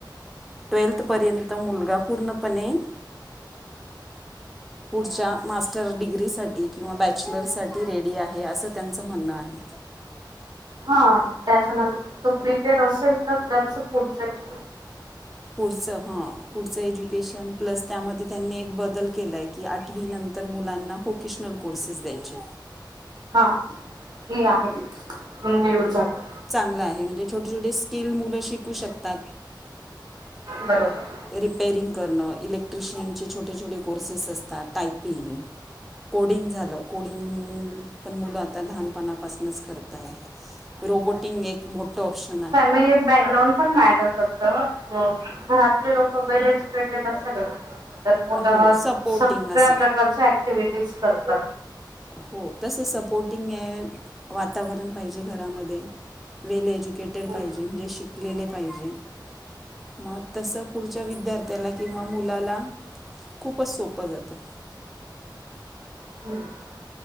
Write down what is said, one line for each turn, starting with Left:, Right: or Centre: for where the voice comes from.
Centre: ट्वेल्थ पर्यंत मुलगा पूर्णपणे पुढच्या मास्टर डिग्रीसाठी किंवा बॅचलरसाठी रेडी आहे असं त्याचं म्हणं आहे.
Right: हा तेच्यानंतर तो प्रिपेअर असेल तर त्याच पुढ जायच
Centre: पुढचं हं. पुढचं एज्युकेशन प्लस त्यामध्ये त्यांनी एक बदल केलाय की आठवी नंतर मुलांना हो क्रीशनल कोर्सेस द्यायचे.
Right: हा हे आहे <unintelligible>
Centre: चागलं आहे म्हणजे छोटे छोटे स्किल मुलं शिकू शकतात.
Right: बरोबर.
Centre: रिपेरिंग करणं इलेक्ट्रिशियनचे छोटे छोटे कोर्सेस असतात टायपिंग कोडिंग झालं कोडिंग पण मुलं आता लहानपणा पासनच करतात. रोबोटिंग एक मोठा ऑप्शन आ
Right: <unintelligible> हे बॅकग्रांड पण मॅटर फक्त हो घरातले लोक वेल एज्युकेटेड असाल लागतात. तर मुलं
Centre: हो सपोर्टिंग
Right: सगळ्या
Centre: असेल
Right: प्रकारच्या ऍक्टिव्हिटीज करतात.
Centre: हो तस सपोर्टिंग आहे वातावरण पाहिजे घरामध्ये वेल एज्युकेटेड
Right: हो.
Centre: पाहिजे म्हणजे शिकलेले पाहिजे. म तसं पुढच्या विद्यार्थ्याला किंवा मुलाला खूपच सोपं जातं.
Right: <inaudible>